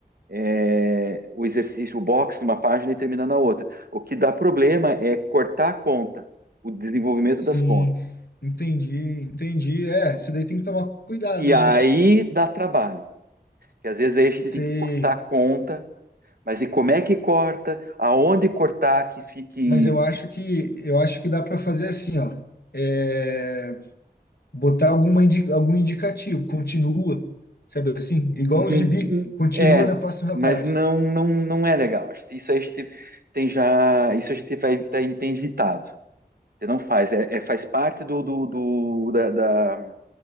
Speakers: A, on the right (about 65°); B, on the left (about 70°).
A: é, o exercício, o box numa página e terminar na outra. O que dá problema é cortar a conta, o desenvolvimento
B: Sim.
A: das contas.
B: Entendi, entendi. É, isso daí tem que tomar cuidado,
A: E aí
B: né?
A: dá trabalho, que às vezes aí a gente
B: Sei.
A: tem que cortar a conta, mas e como é que corta? Aonde cortar que fique.
B: Mas eu acho que eu acho que dá para fazer assim, ó. É... botar alguma indi- algum indicativo, continua, sabe assim? Igual
A: Hum,
B: o gibi,
A: hum,
B: continua
A: É,
B: na próxima
A: mas
B: página.
A: não, não, não é legal. A gente- Isso aí a gente tem já. Isso a gente vai, tem, tem evitado. Você não faz, é, é- faz parte do, do, do- da, da,